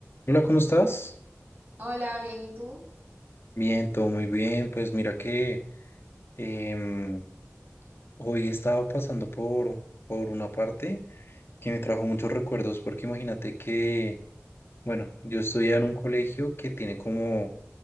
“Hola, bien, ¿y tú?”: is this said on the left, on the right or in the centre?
Right